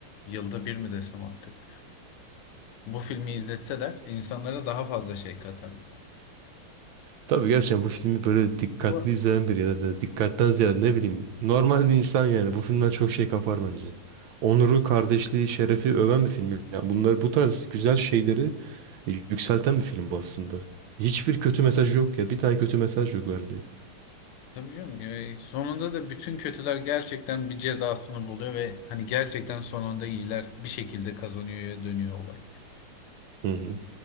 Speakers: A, on the left (about 80°); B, on the right (about 75°).
A: yılda bir mi desem artık. Bu filmi izletseler insanlara daha fazla şey katarlar.
B: Tabii gerçekten bu filmi böyle dikkatli
A: Bu
B: izleyen biri ya da da dikkatten ziyade ne bileyim normal bir insan yani bu filmden çok şey kapar bence. Onuru, kardeşliği, şerefi öven bir film. Yani bunlar bu tarz güzel şeyleri e, yükselten bir film bu aslında. Hiçbir kötü mesaj yok ya. Bir tane kötü mesaj yok verdiği.
A: Tabii canım. Ya, Sonunda da bütün kötüler gerçekten bir cezasını buluyor ve hani gerçekten sonunda iyiler bir şekilde kazanıyor ya dönüyor olay.
B: Hı hı.